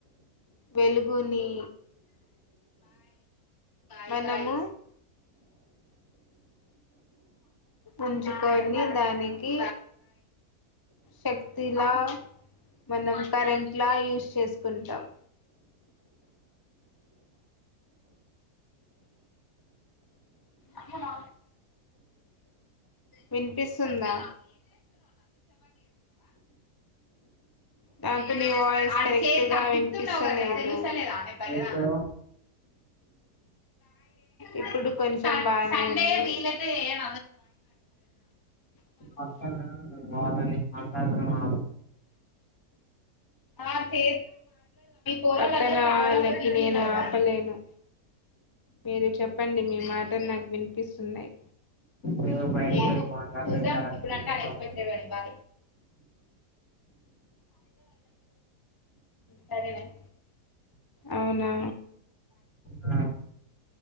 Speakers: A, on the left; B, on the left.
A: వెలుగుని మనము ఉంచుకొని దానికి శక్తిలా మనం కరెంట్లా యూస్ చేసుకుంటాం అమ నా విన్పిస్సుందా తంతు నీ వాయిస్ కరెక్ట్గా వినిపిస్త లేదు పరద
B: ఎప్పుడు
A: ఇప్పుడు కొంచెం బానే ఇన్పిస్
B: అక్కా వాళ్ళని మాట్లాడడం ఆ
A: అదే పక్కన ఆళ్ళకి నేను ఆపలేను మీరు చెప్పండి మీ మాటల్ నాకు వినిపిస్తున్నయ్
B: నేను బయటికి
A: ఏమో
B: పోయి మాట్లాడితే
A: చూద్దాం
B: చాలా
A: ఇప్పుడుంటే
B: చెడ్డగా
A: అన్ఎక్స్పెక్టెడ్
B: ఉంటుంది
A: కాడి భా సరే మేమ్ అవునా
B: ఆ